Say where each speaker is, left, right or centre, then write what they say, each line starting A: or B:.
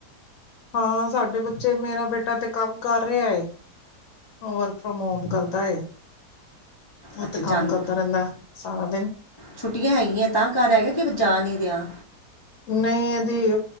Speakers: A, on the left; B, on the left.
A: ਹਾਂ ਸਾਡੇ ਬੱਚੇ ਮੇਰਾ ਬੇਟਾ ਤੇ ਕੰਮ ਕਰ ਰਿਹਾ ਹੈ ਵਰਕ ਫਰੋਮ ਹੋਮ ਕਰਦਾ ਏ, ਔ
B: ਅੱਛਾ
A: ਤੇ
B: ਜਾਣ
A: ਕੰਮ ਕਰਦਾ ਰਹਿੰਦਾ ਸਾਰਾ ਦਿਨ
B: ਛੁੱਟੀਆਂ ਹੈਗੀਆਂ ਤਾਂ ਘਰ ਹੈਗਾ ਕਿ ਜਾ ਨਹੀਂ ਰੇਆਂ।
A: ਨਹੀਂ ਇਹਦੀ